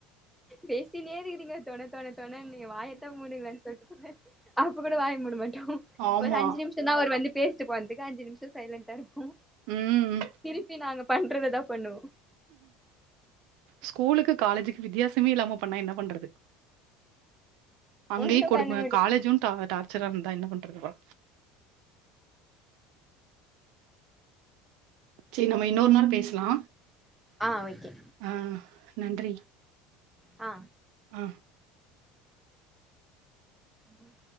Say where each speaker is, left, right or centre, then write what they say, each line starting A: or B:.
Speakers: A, in the centre; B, on the right (about 65°).
A: பேசினே இருக்கிறீங்க தொன தொன தொனனு ஏ வாயத்த மூடுங்களே சா சொல்ல அப்ப கூட வாய மூட மாட்டோ
B: ஆமா.
A: ஒரு அஞ்சு நிமிஷ் சிந்தா அவரு வந்து பேசிட்டு போனதுக்கு அஞ்சு நிம்ஷோ சைலண்டா இருப்போ
B: ம்.
A: திருப்பி நாங்க பண்றது தா பண்ணுவோ
B: ஸ்கூலுக்கு காலேஜ்க்கு வித்தியாசமே இல்லாம பண்ணா என்ன பண்றது அங்கேயே
A: ஒண்ணு
B: கொடும
A: பண்ண முடியாது
B: காலேஜ்ம் டா டார்ச்சரா இருந்தா என்ன பண்றது பா செரி நம்ம இன்னொரு நாள் பேசலா
A: ஆ ஓகே
B: ஆ நன்றி
A: ஆ
B: ஆ
A: ம் ஹும்